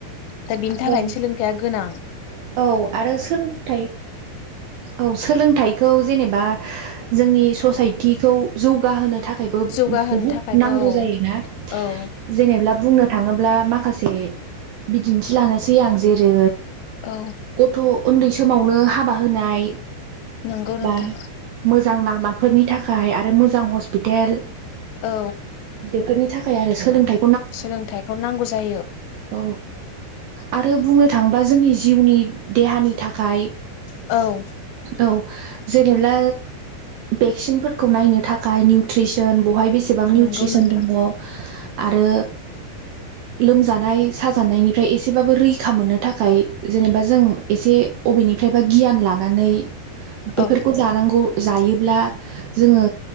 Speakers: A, on the left; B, on the right.
A: दा बिनि थाखायनो
B: औ
A: सोलोंथाइया
B: औ
A: गोनां
B: आरो सोलोंथाइ औ सोलोंथाइखौ खौ जेनेबा जोंनि ससाइटिखौ जौगाहोनो थाखा‌ खायबो
A: जौगाहोनो
B: बहुद
A: थाखायबो
B: नांगौ
A: औ
B: जायोना
A: औ
B: जेनेब्ला बुंनो थाङोब्ला माखासे से बिदिन्थि लानोसै आं जेरै
A: औ
B: गथ' उन्दै समावनो हाबा होनाय
A: नंगौ नोंथां
B: बा मोजां लामाफोरनि था खाय आरो मोजां हस्पिटेल
A: औ
B: बेफोरनि थाखाय आरो सोलोंथाइ
A: सोलोंथाइखौ नांगौ जायो।
B: औ आरो बुंनो थाङोबा जोंनि जिउनि देहानि थाखाय
A: औ
B: औ जेनेब्ला भेक्सिनफोरखौ नायनो थाखाय निउट्रिसन बेवहाय बेसेबां निउट्रिसन
A: नंगौ नोंथां
B: दङ आरो। लोमजानाय साजानायनिफ्राय एसेबाबो रैखा मोननो थाखाय जेनेबा जों एसे बेनिफ्रायबा गियान लानानै बेफोरखौ
A: औ
B: जानांगौ जायोब्ला जोङो